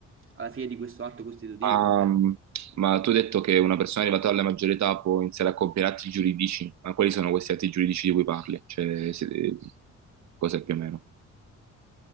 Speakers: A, on the right; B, on the right.
A: alla fine di questo atto costitutivo,
B: Ma,
A: cioè
B: ma tu hai detto che una persona arrivata alla maggiore età può iniziare a compiere atti giuridici, ma quali sono questi atti giuridici di cui parli? Cioè, se- cos'è più o meno?